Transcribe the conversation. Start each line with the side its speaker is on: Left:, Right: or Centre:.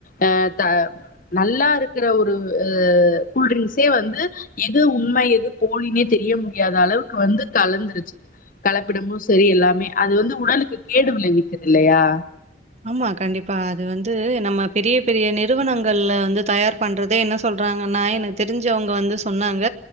Left: அஹ் த நல்லா இருக்கிற ஒரு அஹ் கூல்ட்ரிங்க்ஸே வந்து எது உண்மை எது போலினே தெரிய முடியாத அளவுக்கு வந்து கலந்துருச்சு கலப்பிடமும் சரி எல்லாமே அது வந்து உடலுக்கு கேடு விளைவிக்குது இல்லையா
Right: ஆமா கண்டிப்பா அது வந்து நம்ம பெரிய பெரிய நிறுவனங்கள்ல வந்து தயார் பண்றதே என்ன சொல்றாங்கன்னா எனக்கு தெரிஞ்சவங்க வந்து சொன்னாங்க